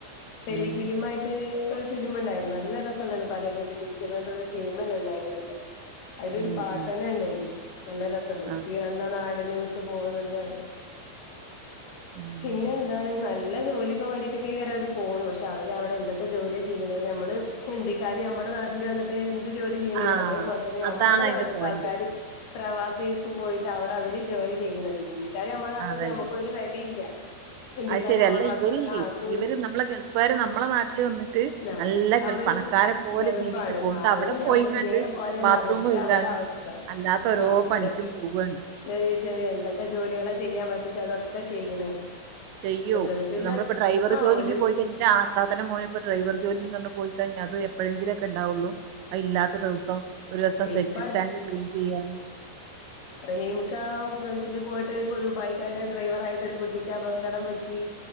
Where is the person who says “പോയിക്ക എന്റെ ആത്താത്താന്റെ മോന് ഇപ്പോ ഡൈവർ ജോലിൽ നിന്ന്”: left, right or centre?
Right